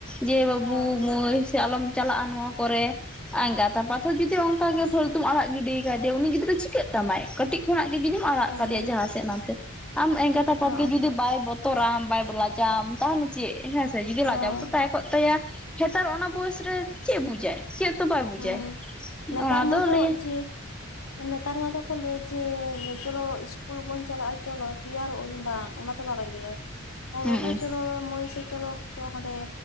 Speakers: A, in the centre; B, on the left.
A: ᱡᱮ ᱵᱟᱹᱵᱩ
B: ᱦᱳᱭ ᱦᱳᱭ
A: ᱢᱟᱹᱭ ᱥᱮ ᱟᱞᱚᱢ ᱪᱟᱞᱟᱜᱼᱟ ᱱᱚᱣᱟ ᱠᱚᱨᱮ ᱮᱸᱜᱟᱛ ᱟᱯᱟᱛ ᱦᱚᱸ ᱡᱩᱫᱤ ᱚᱝᱠᱟ ᱜᱮ ᱯᱷᱟᱹᱞᱛᱩᱢ ᱟᱲᱟᱜ ᱜᱤᱰᱤ ᱠᱟᱭᱫᱮᱭᱟ ᱩᱱᱤ ᱜᱤᱫᱽᱨᱟᱹ ᱪᱤᱠᱟᱹᱜ ᱛᱟᱢᱟᱭ ᱠᱟᱹᱴᱤᱡ ᱠᱷᱚᱱᱟᱜ ᱜᱮ ᱡᱩᱫᱤᱢ ᱟᱲᱟᱜ
B: ᱦᱮᱸ
A: ᱠᱟᱫᱮᱭᱟ ᱡᱟᱦᱟᱸ ᱥᱮᱫ ᱱᱚᱛᱮ ᱟᱢ ᱮᱸᱜᱟᱛ ᱟᱯᱟᱛ
B: ᱦᱚᱸ
A: ᱜᱮ ᱡᱩᱫᱤ ᱵᱟᱭ ᱵᱚ ᱛᱚᱨᱟᱢ ᱵᱟᱭ ᱞᱟᱡᱟ ᱟᱢ ᱛᱟᱦᱞᱮ ᱪᱮᱫ ᱦᱮᱸᱥᱮ ᱡᱩᱫᱤ
B: ᱦᱳᱭ
A: ᱞᱟᱡᱟ ᱵᱟᱛᱚᱨ ᱛᱟᱸᱦᱮ ᱠᱚᱜ ᱛᱟᱭᱟ ᱦᱮᱸᱛᱟᱨ ᱚᱱᱟ ᱵᱚᱭᱮᱥ ᱨᱮ ᱪᱮᱜᱼᱮ ᱵᱩᱡᱟᱭ ᱪᱮᱫ ᱛᱚ ᱵᱟᱭ ᱵᱩᱡᱟᱭ,
B: ᱦᱮᱸ ᱱᱮᱛᱟᱨ
A: ᱟᱫᱚ
B: ᱢᱟᱛᱚ
A: ᱞᱟᱹᱭᱟᱭ
B: ᱡᱮ ᱱᱮᱛᱟᱨ ᱢᱟ ᱫᱚᱠᱚ ᱞᱮᱭ ᱡᱮ ᱪᱚᱞᱚ ᱤᱥᱠᱩᱞ ᱵᱚᱱ ᱪᱟᱞᱟᱜᱼᱟ ᱪᱚᱞᱚ ᱛᱮᱭᱟᱨᱚᱜ ᱟᱹᱧ ᱵᱟᱝ ᱚᱱᱟ ᱫᱚ ᱵᱟᱭ ᱞᱟᱹᱭᱟᱭ ᱟᱨ
A: ᱦᱩᱸ
B: ᱵᱟᱹᱵᱩ ᱪᱚᱞᱚ ᱢᱟᱹᱭ ᱥᱮ ᱪᱚᱞᱚ ᱪᱚ ᱦᱟᱸᱰᱮ